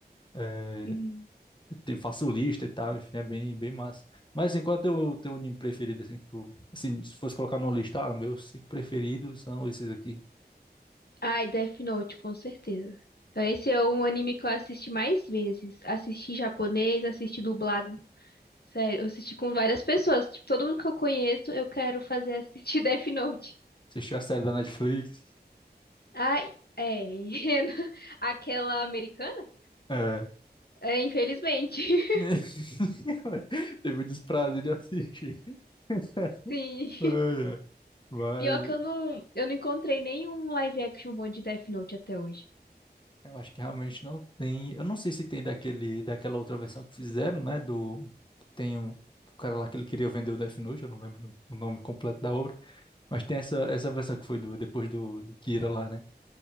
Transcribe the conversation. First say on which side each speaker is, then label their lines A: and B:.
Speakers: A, on the left; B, on the left.
A: é,
B: Uhum.
A: eu te- faço lista e tal, enfim, é bem, bem massa. Mas, assim, qual é o teu, teu anime preferido, assim, que tu... Assim, se fosse colocar numa lista, ah, meus cinco preferidos são esses aqui.
B: Ai, Death Note, com certeza. Então, Esse é um anime que eu assisti mais vezes. Assisti em japonês, assisti dublado. Sério, eu assisti com várias pessoas. Tipo, todo mundo que eu conheço, eu quero fazer assistir <laughs> Death Note.
A: Assistiu a série da Netflix?
B: Ai, é. <laughs> Aquela americana?
A: É.
B: É, infelizmente. <laughs>
A: <laughs> Teve o desprazer de assistir. <laughs>
B: Sim.
A: Ai, ai. Mas
B: Pior que eu não, eu não encontrei nenhum live action bom de Death Note até hoje.
A: Eu acho que realmente não tem. Eu não sei se tem daquele, daquela outra versão que fizeram, né? Do. Tem um, o cara lá que ele queria vender o Death Note, eu não lembro o nome completo da obra. Mas tem essa, essa versão que foi do, depois do, do Kira lá, né?